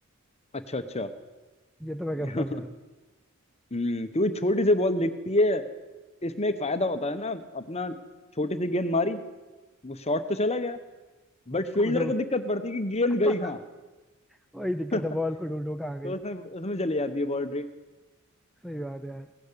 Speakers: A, on the left (about 30°); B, in the centre.
A: अच्छा अच्छा
B: ये तो मैं करता
A: <laughs>
B: हूँ यार
A: हम्म क्योंकि छोटी सी बॉल दिखती है इसमें एक फायदा होता है ना अपना छोटी सी गेंद मारी वो शॉट तो चला गया बट फील्डर
B: खोजो
A: को दिक्कत पड़ती है कि गेंद
B: <laughs>
A: गई कहाँ
B: वही दिक्कत
A: <laughs>
B: है बॉल को ढूंढो कहाँ गई
A: तो उसमें उसमें चली जाती है बाउंड्री
B: सही बात है यार